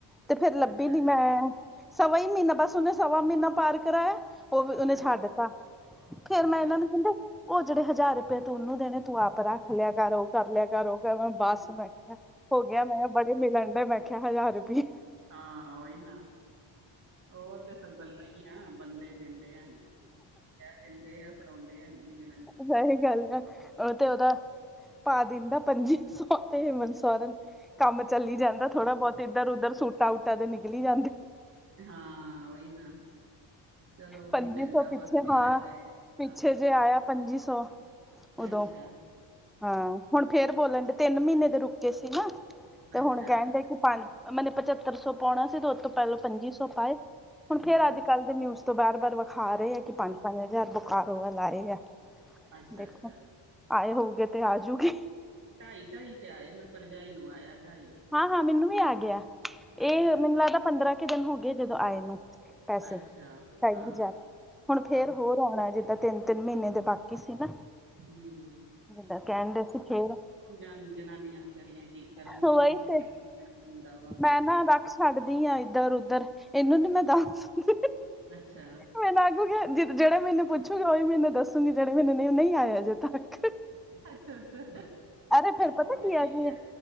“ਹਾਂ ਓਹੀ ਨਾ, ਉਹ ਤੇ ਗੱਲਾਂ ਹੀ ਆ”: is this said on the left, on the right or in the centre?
Right